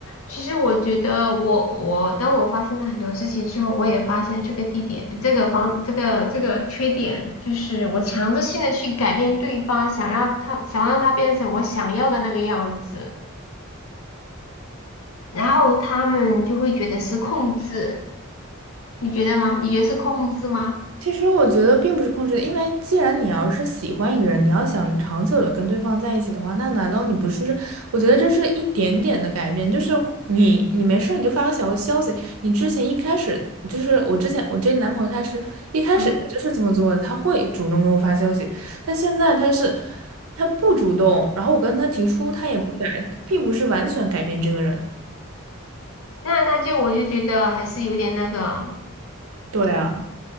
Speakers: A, on the left; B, on the right.
A: 其实我觉得我我当我发现了很多事情之后，我也发现这个地点、这个方、这个这个缺点，就是我强制性的去改变对方，想让他想让他变成我想要的那个样子，然后他们就会觉得是控制，你觉得吗？你觉得是控制吗？
B: 其实我觉得并不是控制，因为既然你要是喜欢一个人，你要想长久的跟对方在一起的话，那难道你不是？我觉得这是一点点的改变，就是你你没事儿你就发个小消息，你之前一开始就是我之前我这男朋友他是一开始就是这么做的，
A: 嗯，
B: 他会主动给我发消息，但现在他是他不主动，然后我跟他提出他也不改，并不是完全改变这个人。
A: 那那就我就觉得还是有点那个，
B: 对啊。